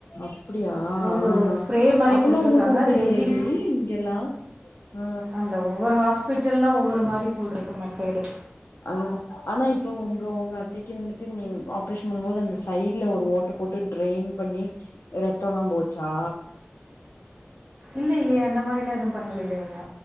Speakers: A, on the left; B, on the right.
A: அப்டியா
B: ஒரு
A: ஆஹா
B: ஸ்ப்ரே மாரி
A: அப்பல்லா
B: குடுத்தருக்காங்க
A: ஒன்னு குடுக்கலையேடி
B: அது டெய்லி
A: இங்கெல்லா ஆ
B: அந்த ஒவ்வொரு ஹாஸ் பிட்டல்லா வர்த் ந்த மாரி போல் இருக்கு மெத்தடு
A: அதுதா ஆனா இப்ப உங்க உங்க அத்தைக்கு வந்துட்டு நீ ஆப்ரேஷன் பண்ணும்போது அந்த சைடு்ல ஒரு ஓட்ட போட்டு டிரெய்ன் பண்ணி ரத்தம்ல்லா போச்சா
B: இல்லையே அந்த மாரிலா எதுவும் பண்லையேங்க